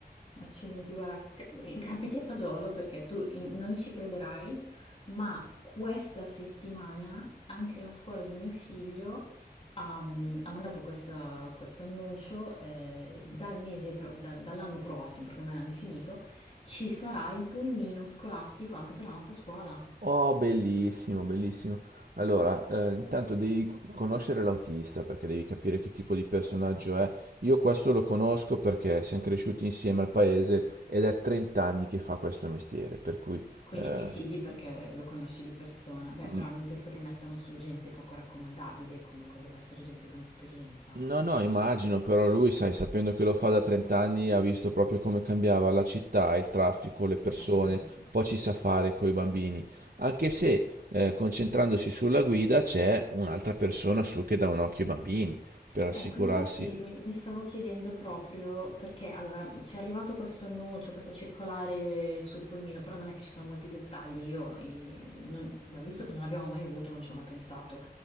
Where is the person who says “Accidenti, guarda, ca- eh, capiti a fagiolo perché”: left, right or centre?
Left